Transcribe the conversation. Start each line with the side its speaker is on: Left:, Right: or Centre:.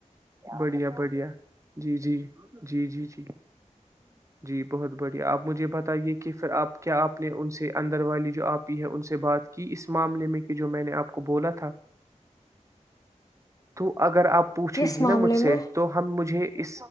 Right: بڑھیا بڑھیا جی جی جی جی جی جی بہت بڑھیا آپ مجھے بتائیے کہ پھر آپ کیا آپ نے ان سے اندر والی جو آپ ہی ہے ان سے بات کی اس معاملے میں کہ جو میں نے آپ کو بولا تھا تو اگر آپ پوچھے
Left: کس
Right: گی نا
Left: معاملے
Right: مجھ سے
Left: میں
Right: تو ہم مجھے اس